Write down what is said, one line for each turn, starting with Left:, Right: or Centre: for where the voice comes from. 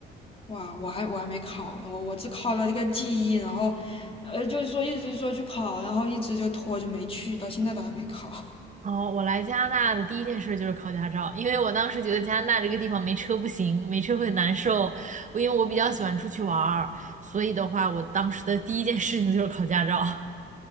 Left: 哇，我还我还没考呢，我我只考了这个记忆，然后，呃，就是说一直说去考，然后一直就拖着没去，到现在都还没考。<laughs>
Right: 哦，我来加拿大的第一件事就是考驾照，因为我当时觉得加拿大这个地方没车不行，没车会难受。我因为我比较喜欢出去玩儿，所以的话，我当时的第一件事情就是考驾照。